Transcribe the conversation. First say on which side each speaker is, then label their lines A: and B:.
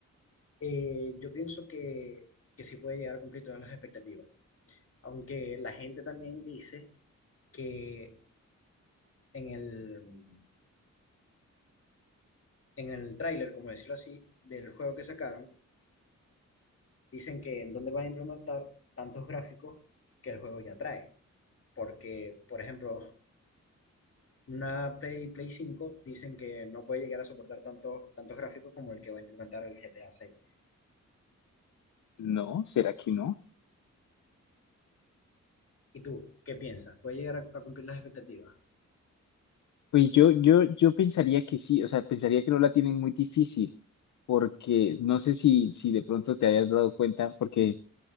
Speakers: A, on the left; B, on the left.
A: eh, yo pienso que, que sí puede llegar a cumplir todas las expectativas. Aunque la gente también dice que en el, en el tráiler, como decirlo así, del juego que sacaron, dicen que en dónde van a implementar tantos gráficos que el juego ya trae. Porque, por ejemplo, una Play, Play 5 dicen que no puede llegar a soportar tantos, tantos gráficos como el que va a implementar el GTA 6.
B: No, ¿será que no?
A: ¿Y tú qué piensas? ¿Puede llegar a, a cumplir las expectativas?
B: Pues yo, yo, yo pensaría que sí, o sea, pensaría que no la tienen muy difícil, porque no sé si, si de pronto te hayas dado cuenta, porque